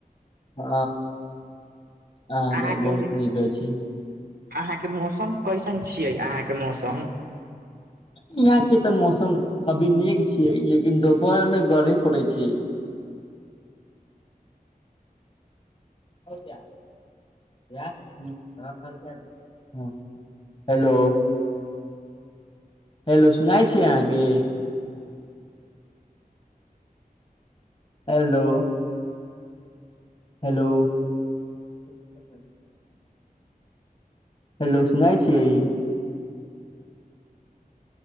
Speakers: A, on the left; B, on the right.
A: हँ अहाँ
B: अहाँके
A: के बहुत नीक अछि
B: अहाँके मौसम कैसन छियै अहाँके मौसम
A: यहाँ के तऽ मौसम अभी नीक छियै लेकिन दोपहर मे गर्मी पड़य छैय <unintelligible> <unintelligible> हेलो हेलो सुनाय छी अहाँके हलो हेलो <unintelligible> हेलो सुनय छीियै